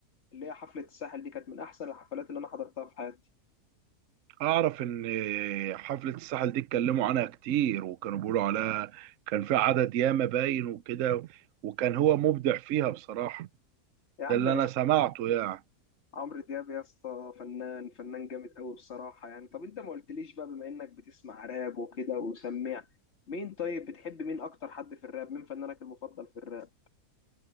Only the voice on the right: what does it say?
اعرف ان حفلة الساحل دي اتكلموا عنها كتير وكانوا بيقولوا عليها كان في عدد ياما باين وكده وكان هو مبدع فيها بصراحة
ده اللي انا سمعته يعني